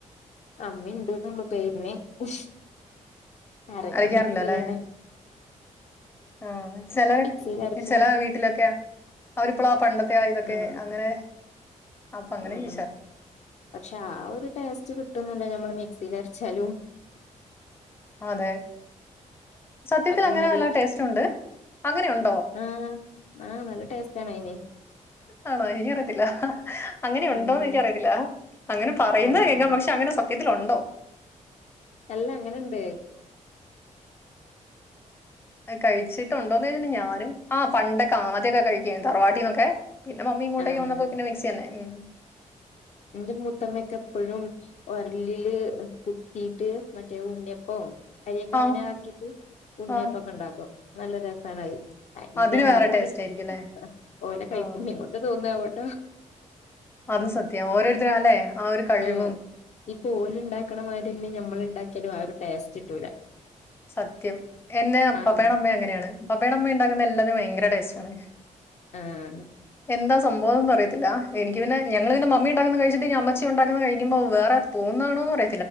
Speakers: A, on the left; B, on the left.
A: അമ്മിണ്ട്. ന്നൊള്ളൂ പേര്ന്. ഉഷ് അരക്ക്
B: അരയ്ക്കാറില്ല
A: മിക്സീലന്നെ.
B: അല്ലേ ആഹ് ചിലരൊക്
A: മിക്സിയിലരക്കും
B: ചെല വീട്ടിലൊക്കെ അവരിപ്പളും ആ പണ്ട താ ഇതൊക്കെ
A: ഉം
B: അങ്ങനെ അപ്പൊ അങ്ങനെ
A: ഉം
B: ചോദിച്ചാ
A: ഉം പക്ഷെ ആ ഒരു ടേസ്റ്റ് കിട്ടന്നില്ല നമ്മൾ മിക്സിയിലരച്ചാലും
B: അതെ സത്യത്തിൽ
A: അതേമാതിരി
B: അങ്ങനെ നല്ല ടേസ്റ്റ് ഉണ്ട് അങ്ങനെയുണ്ടോ
A: ആഹ് ആഹ് നല്ല ടേസ്റ്റ് ആണ് അയിന്
B: ആണോ എനിക്കറിയത്തില്ല അങ്ങനെ ഉണ്ടോന്ന്
A: ആഹ്
B: എനിക്കറിയത്തില്ല അങ്ങനെ പറയുന്നത്
A: ആഹ്
B: കേക്കാം പക്ഷെ അങ്ങനെ സത്യത്തിൽ ഒണ്ടോ
A: അല്ലാ അങ്ങനെയുണ്ട്
B: ആ കഴിച്ചിട്ടുണ്ടോന്ന് ചോദിച്ചാ ഞാനും ആ പണ്ടൊക്കെ ആദ്യമൊക്കെ കഴി ക്കും തറവാട്ടീന്നൊക്കെ പിന്നെ മമ്മി ഇങ്ങോട്ടേക്ക്
A: ആഹ്
B: വന്നപ്പോ പിന്നെ മിക്സി തന്നെ ഉം
A: എന്റെ മുത്തമ്മക്ക് എപ്പഴും ഒരളില് കുത്തീട്ട് മറ്റേ ഉണ്ണിയപ്പോ അരിയൊക്കെ
B: ആ
A: അങ്ങനെ ആക്കിട്ട് ഉണ്ണിയപ്പൊക്കെ
B: ആ
A: ഉണ്ടാക്കും നല്ല രസാണ്‌ അത്
B: അതിന് വേറെ ടേസ്റ്റ് ആയിരിക്കുംല്ലേ?
A: <unintelligible> ഓലെ കൈപ്പുണ്യം
B: ആ
A: കൊണ്ട് തോന്നുന്നതാ
B: അതും സത്യാ. ഓരോരുത്തര് അല്ലെ ഒരു കഴിവും
A: ആ ഇപ്പോ ഓല് ഉണ്ടാക്കണമാതിരി നമ്മൾ ഉണ്ടാക്കിയാലും ആരു ടേസ്റ്റിട്ടുല്ലാ
B: സത്യം എന്നെ
A: ആഹ്
B: പപ്പേയുടെ അമ്മ അങ്ങനെയാണ് പപ്പേയുടെ അമ്മ ഉണ്ടാക്കുന്ന എല്ലാതും ഭയങ്കര ടേസ്റ്റാണ്
A: ആഹ്
B: എന്താ സ് സംഭവം ന്താറിയത്തില്ല എനിക്ക് പിന്നെ ഞങ്ങള് പിന്നെ മമ്മിണ്ടാക്കുന്ന കഴിച്ചിട്ട് അമ്മച്ചി ഉണ്ടാക്ക കഴിക്കുമ്പോ വേറെ തോന്നാണോന്ന് അറി